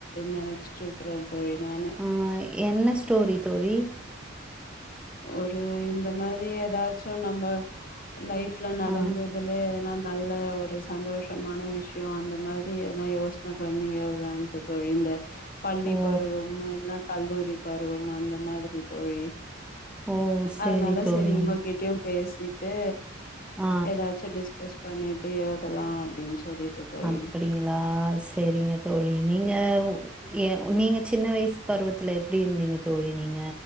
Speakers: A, on the left (about 45°); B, in the centre.
A: நினச்சிட்டு இருக்கறே தோழி நானு
B: ஆ என்ன ஸ்டோரி தோழி
A: ஒரு இந்த மாரி ஏதாச்சு நம்ம லைஃப்ல நடந்ததுலே
B: ஆ
A: எதனா நல்ல ஒரு சந்தோஷமான விஷ்யோ அந்த மாதிரி எதுனா யோசனை பண்ணி எழுதாலன்ட்டு தோழி இந்த பள்ளி
B: ஓ
A: பருவம் இல்லன கல்லூரி பருவம் அந்த மாதிரி தோழி
B: ஓ சேரி
A: அதனால
B: தோழி
A: சரி உங்க கிட்யும் பேசிட்டு
B: ஆ
A: ஏதாச்சு டிஸ்கஸ் பண்ணிட்டு எழுதலா அப்டின் சொல்லிட்டு தோழி
B: அப்படிங்களா சரிங்க தோழி நீங்க ஏ நீங்க சின்ன வயஸ் பருவத்துல எப்டி இருந்தீங்க தோழி நீங்க